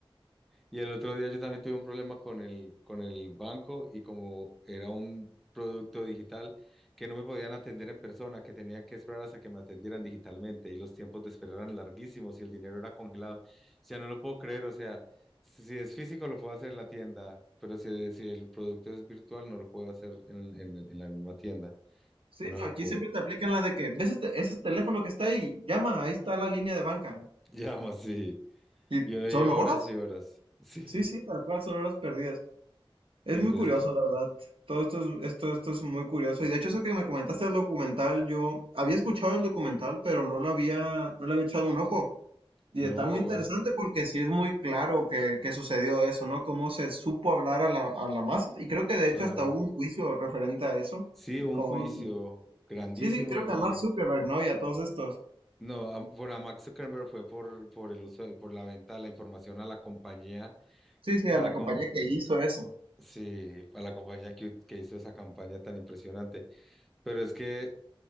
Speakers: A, in the centre; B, on the right.
A: Y el otro día yo también tuve un problema con el, con el banco y como era un producto digital que no me podían atender en persona, que tenía que esperar hasta que me atendieran digitalmente y los tiempos de esperar eran larguísimos y el dinero era congelado. O sea, no lo puedo creer, o sea, si si es físico lo puedo hacer en la tienda, pero si, si el producto es virtual no lo puedo hacer en, en, en la misma tienda.
B: Sí,
A: Una
B: no,
A: locura.
B: aquí siempre te aplican la de que ves este, ese teléfono que está ahí, llama, ahí está la línea de banca.
A: <laughs> Llama, sí.
B: Y
A: Y uno hay
B: son
A: horas
B: horas,
A: y horas. Sí.
B: sí, sí, tal cual, son horas perdidas. Es
A: Entonces,
B: muy curioso, la verdad. Todo esto es, esto, esto es muy curioso. Y de hecho, eso que me comentaste del documental, yo había escuchado el documental, pero no lo había, no le había echado un ojo. Y
A: no,
B: está muy interesante
A: o sea,
B: porque sí es muy claro que, que sucedió eso, ¿no? Cómo se supo hablar a la, a la masa. Y creo que de
A: claro.
B: hecho hasta hubo un juicio referente a eso.
A: Sí, un
B: Con,
A: juicio grandísimo
B: sí, sí, creo
A: y
B: que a Mark Zuckerberg, ¿no? Y a todos estos.
A: no, a- por a Max Zuckerberg fue por, por el uso, por la venta de la información a la compañía,
B: Sí, sí, a
A: a
B: la
A: la
B: compañía
A: com-
B: que hizo eso.
A: sí, a la compañía que, que hizo esa campaña tan impresionante. Pero es que